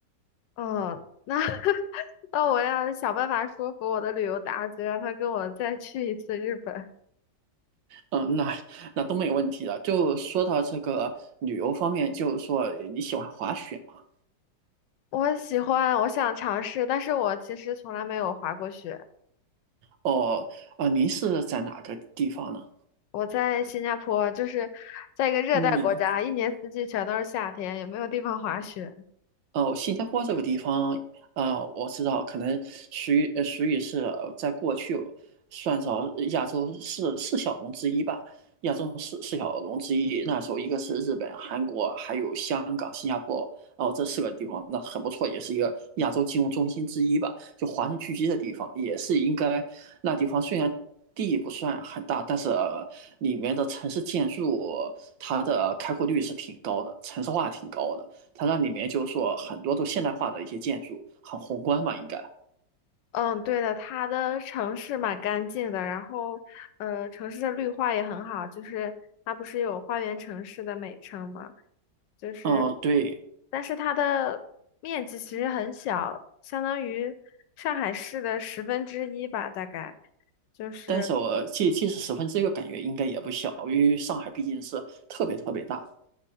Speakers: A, on the left (about 80°); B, on the right (about 85°).
A: 嗯，那 <laughs> 那我要想办法说服我的旅游搭子，让他跟我再去一次日本。
B: 嗯，那那都没有问题的。就说到这个旅游方面，就是说你喜欢滑雪吗？
A: 我喜欢，我想尝试，但是我其实从来没有滑过雪。
B: 哦，啊、您是在哪个地方呢？
A: 我在新加坡，就是在一个热带国家，
B: 嗯
A: 一年四季全都是夏天，也没有地方滑雪。
B: 哦，新加坡这个地方，呃，我知道，可能属于呃属于是呃在过去算着亚洲四四小龙之一吧，亚洲四四小龙之一。那时候一个是日本、韩国，还有香港、新加坡，哦，这四个地方那很不错，也是一个亚洲金融中心之一吧，就华人聚集的地方，也是应该那地方虽然。地不算很大，但是呃里面的城市建筑，它的开阔率是挺高的，城市化挺高的。它那里面就是说很多都现代化的一些建筑，很宏观嘛，应该。
A: 嗯，对的，它的城市蛮干净的，然后呃，城市的绿化也很好，就是它不是有花园城市的美称吗？就是，
B: 哦，嗯对，
A: 但是它的面积其实很小，相当于上海市的十分之一吧，大概。就是
B: 但是我即即使十分之一个感觉应该也不小，因为上海毕竟是特别特别大。